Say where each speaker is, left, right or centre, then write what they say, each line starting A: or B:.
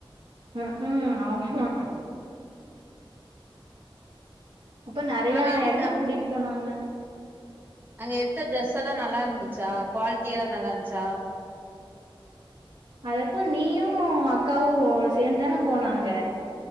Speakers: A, on the right; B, on the right.
A: ம்க்கும் ஆமா அப்ப நெறயா
B: அங்க எடுத்த
A: எடத்துக்கு கூட்டிட்டு போனாங்க
B: அங்க எடுத்த ட்ரெஸெல்லாம் நல்லாருந்துச்சா குவாலிட்டிலா நல்லா இருந்துச்சா
A: அது அப்ப நீயும் அக்காவும் சேந்து தான போனாங்க